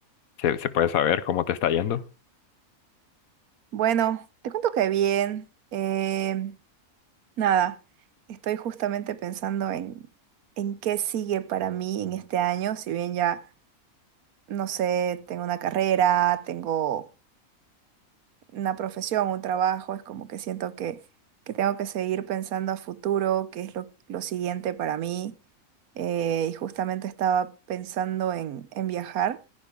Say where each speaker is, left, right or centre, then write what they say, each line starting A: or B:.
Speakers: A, on the left (about 75°); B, on the right (about 80°).
A: se, se puede saber cómo te está yendo?
B: Bueno, te cuento que bien. eh, nada, estoy justamente pensando en, en qué sigue para mí en este año, si bien ya, no sé, tengo una carrera, tengo una profesión, un trabajo, es como que siento que, que tengo que seguir pensando a futuro, qué es lo, lo siguiente para mí. Eh, y justamente estaba pensando en, en viajar.